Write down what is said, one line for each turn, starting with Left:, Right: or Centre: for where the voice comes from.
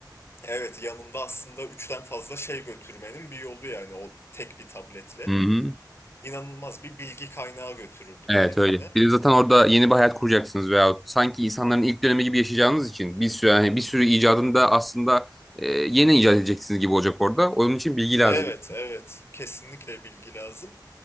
Left: Evet yanında aslında üçten fazla şey götürmenin bir yolu yani o tek bir tabletle.
Centre: Hı hı.
Left: İnanılmaz bir bilgi kaynağı götürürdüm
Centre: Evet
Left: kendime.
Centre: öyle. Bir de zaten orada yeni bir hayat kuracaksınız veya sanki insanların ilk dönemi gibi yaşayacağınız için bir sürü yani bir sürü icadını da aslında e, yeni icat edeceksiniz gibi olacak orada. Onun için bilgi lazım.
Left: Evet evet kesinlikle bilgi lazım.